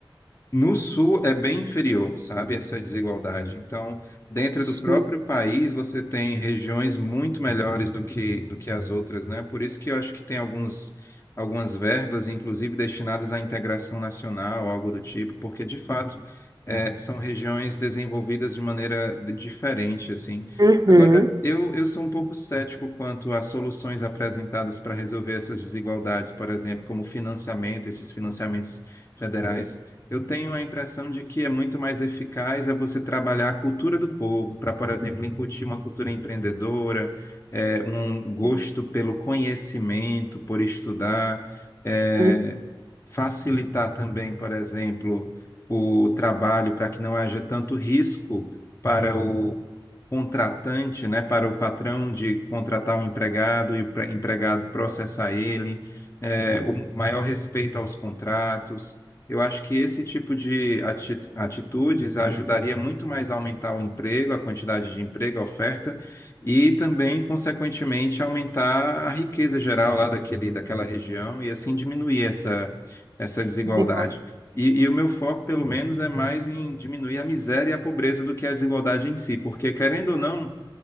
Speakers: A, on the left; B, on the right.
A: no sul é bem inferior, sabe, essa desigualdade. Então, dentro
B: Sim.
A: do próprio país, você tem regiões muito melhores do que, do que as outras, né? Por isso que eu acho que tem alguns, algumas verbas, inclusive, destinadas à integração nacional, algo do tipo, porque, de fato, é, são regiões desenvolvidas de maneira d- diferente, assim.
B: Uhum.
A: Agora, eu, eu sou um pouco cético quanto às soluções apresentadas para resolver essas desigualdades, por exemplo, como financiamento, esses financiamentos federais. Eu tenho a impressão de que é muito mais eficaz é você trabalhar a cultura do povo, para, por exemplo, incutir uma cultura empreendedora, eh, um gosto
B: Sim.
A: pelo conhecimento, por estudar, eh,
B: uhum,
A: facilitar também, por exemplo, o trabalho para que não haja tanto risco para o contratante, né, para o patrão de contratar um empregado e o pre- empregado processar ele, eh, o maior respeito aos contratos. Eu acho que esse tipo de ati- atitudes ajudaria muito mais a aumentar o emprego, a quantidade de emprego, a oferta, e também, consequentemente, aumentar a riqueza geral lá daquele, daquela região e assim diminuir essa, essa desigualdade.
B: Desigual.
A: E, e o meu foco, pelo menos, é mais em diminuir a miséria e a pobreza do que a desigualdade em si, porque, querendo ou
B: Sim.
A: não,